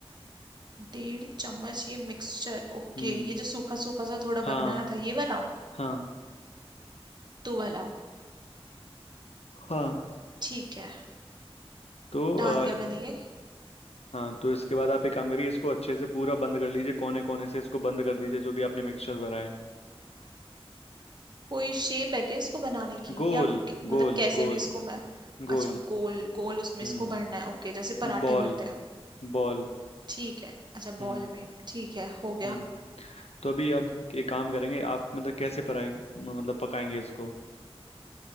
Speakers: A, on the right; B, on the left.
A: डेढ़ चम्मच ये मिक्सचर ओके
B: हम्म
A: ये जो सूखा सूखा सा थोड़ा
B: हाँ
A: बनाया था ये वाला
B: हाँ
A: सत्तू वाला
B: हाँ
A: ठीक है
B: तो अ,
A: डाल दिया मैंने ये
B: हाँ तो इसके बाद आप एक काम करिए इसको अच्छे से पूरा बंद कर लीजिए कोने कोने से इसको बंद कर दीजिए जो भी आपने मिक्सचर भरा है
A: कोई शेप है क्या इसको बनाने की
B: गोल
A: या क- मतलब
B: गोल
A: कैसे
B: गोल
A: भी इसको मैं
B: गोल
A: अच्छा गोल गोल उसमें
B: हम्म
A: इसको भरना है ओके जैसे पराठे
B: Ball
A: भरते हैं
B: ball
A: ठीक है अच्छा
B: हम्म
A: बॉल में ठीक है हो गया
B: हम्म तो अभी हम एक काम करेंगे आप मतलब कैसे पकाएंगे मतलब पकाएंगे इसको